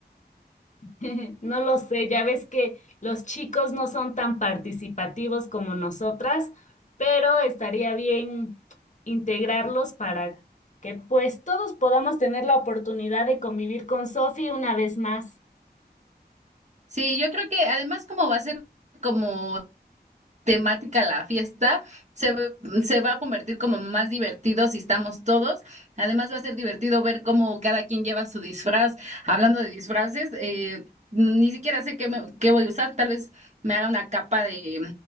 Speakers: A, on the left; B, on the right.
A: <laughs> No lo sé, ya ves que los chicos no son tan participativos como nosotras, pero estaría bien integrarlos para que pues todos podamos tener la oportunidad de convivir con Sophie una vez más.
B: Sí, yo creo que además como va a ser como temática la fiesta, se, ve- se va a convertir como más divertido si estamos todos. Además va a ser divertido ver cómo cada quien lleva su disfraz. Hablando de disfraces, eh, ni siquiera sé qué, me- qué voy a usar. Tal vez me haga una capa de